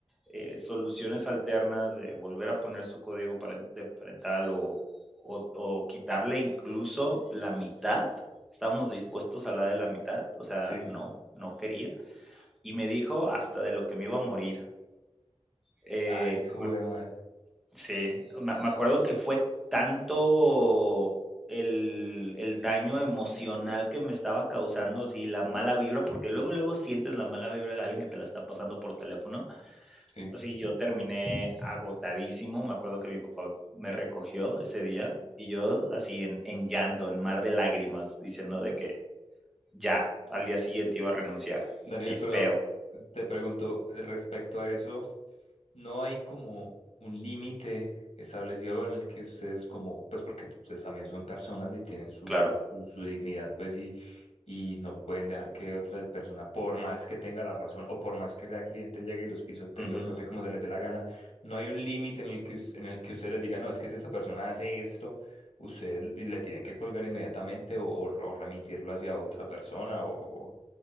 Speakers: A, in the centre; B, on the left.
A: eh, soluciones alternas de volver a poner su código paren- de parental o, o- o quitarle incluso la mitad, estábamos dispuestos a la de la mitad, o sea,
B: Sí,
A: no, no quería. Y me dijo hasta de lo que me iba a morir. Eh,
B: ay, jugué,
A: me
B: man.
A: Sí, me me acuerdo que fue tanto el el daño emocional que me estaba causando, sí, la mala vibra, porque luego, luego sientes la mala vibra de alguien que te la está pasando por teléfono.
B: sí.
A: así yo terminé agotadísimo, me acuerdo que mi papá me recogió ese día y yo así en en llanto, en mar de lágrimas, diciendo de que ya, al día siguiente iba a renunciar.
B: Daniel,
A: Sí, feo,
B: pero te pregunto eh, respecto a eso. No hay como un límite establecido en el que ustedes como, pues porque ustedes también son personas y tienen su,
A: claro.
B: su, su dignidad, pues y, y no pueden dejar que otra persona, por más que tenga la razón o por más que sea cliente, llegue y los pisotee
A: Ujú.
B: y los trate como se les dé la gana. No hay un límite en el que, us- en el que usted les diga, no, es que si esa persona hace esto, usted le tiene que colgar inmediatamente o, o, o remitirlo hacia otra persona o, o,